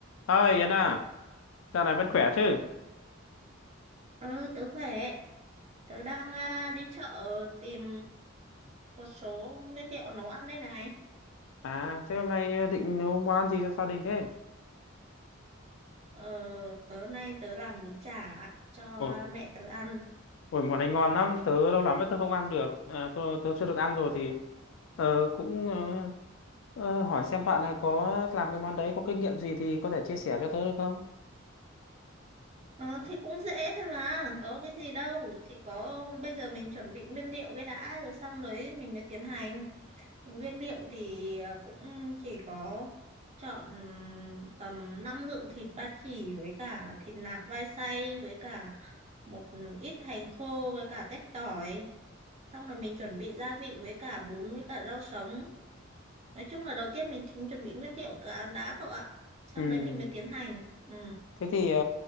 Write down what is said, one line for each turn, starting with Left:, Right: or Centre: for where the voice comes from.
Left: Ơi Yến à, dạo này vẫn khỏe chứ?
Right: Ờ, tớ khỏe. Tớ đang à, đi chợ tìm một số nguyên liệu nấu ăn đây này.
Left: À, thế hôm nay ờ, định nấu món ăn gì cho gia đình thế?
Right: Ờ, tớ nay tớ làm bún chả cho
Left: Ôi,
Right: mẹ tớ ăn.
Left: ôi món này ngon lắm, tớ lâu lắm rồi tớ không ăn được, à, tớ, tớ chưa được ăn rồi thì ờ, cũng ờ, ờ, hỏi xem bạn là có làm cái món đấy có kinh nghiệm gì thì có thể chia sẻ cho tớ được không?
Right: Ờ, thì cũng dễ thôi mà, có cái gì đâu. Chỉ có bây giờ mình chuẩn bị nguyên liệu cái đã rồi xong đấy mình mới tiến hành. Thì nguyên liệu thì à, cũng chỉ có chọn tầm 5 lượng thịt ba chỉ với cả thịt nạc vai xay với cả một ít hành khô với cả tép tỏi xong rồi mình chuẩn bị gia vị với cả bún với cả rau sống nói chung là đầu tiên mình chính chuẩn bị nguyên liệu cả ăn đá cậu ạ xong
Left: Ừ,
Right: đấy mình mới tiến hành ừ.
Left: thế thì ờ,